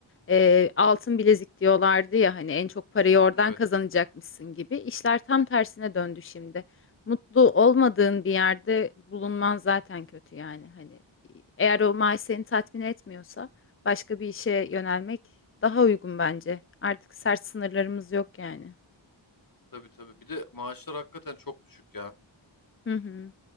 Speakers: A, on the left (about 30°); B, on the left (about 45°).
A: e, altın bilezik diyorlardı ya hani en çok parayı oradan
B: Evet.
A: kazanacakmışsın gibi. İşler tam tersine döndü şimdi. Mutlu olmadığın bir yerde bulunman zaten kötü yani. Hani eğer o maaş seni tatmin etmiyorsa başka bir işe yönelmek daha uygun bence. Artık sert sınırlarımız yok yani.
B: Tabii tabii. Bir de maaşlar hakikaten çok düşük ya.
A: Hı hı.